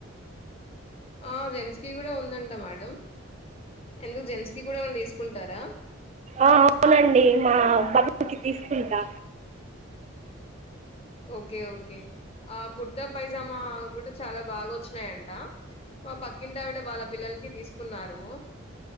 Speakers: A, on the left (about 30°); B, on the right (about 30°).
A: ఆ జెంట్స్ కి గూడా ఉందంట మేడం. ఎందుకు జెంట్స్ కి కూడా ఏమన్న తీస్ కుంటారా.
B: ఆ అవునండీ, మా బాబుకి తీసుకుంటా.
A: ఓకే ఓకే ఆ కుర్తా పైజామా కూడ చాలా బాగా వచ్చినాయంటా. మా పక్కింటి ఆవిడ వాళ్ళ పిల్లలకి తీసుకున్నారూ.